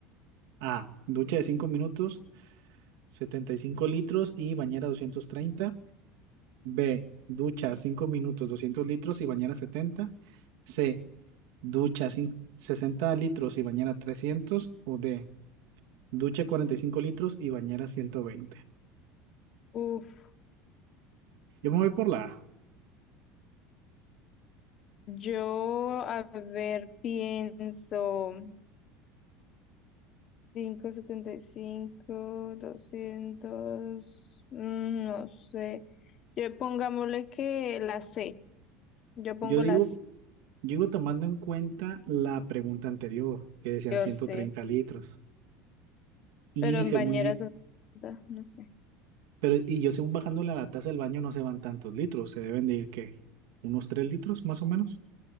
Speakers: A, on the right (about 80°); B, on the left (about 40°).
A: A. Ducha de 5 minutos, 75 litros y bañera 230. B. Ducha 5 minutos, 200 litros y bañera setenta, C. Ducha cin- 60 litros y bañera trescientos O D. Ducha 45 litros y bañera 120.
B: Uf.
A: Yo me voy por la A.
B: Yo, a ver, pienso 575, 200, mm, no sé. Yo pongámosle que la C. Yo pongo
A: Yo digo,
B: la C,
A: yo digo tomando en cuenta la pregunta anterior, que decían
B: yo
A: ciento
B: C,
A: treinta litros. Y
B: pero en
A: según
B: bañeras
A: yo,
B: son 50, no sé.
A: pero y yo según bajando la taza del baño no se van tantos litros, se deben de ir ¿qué? unos 3 litros más o menos,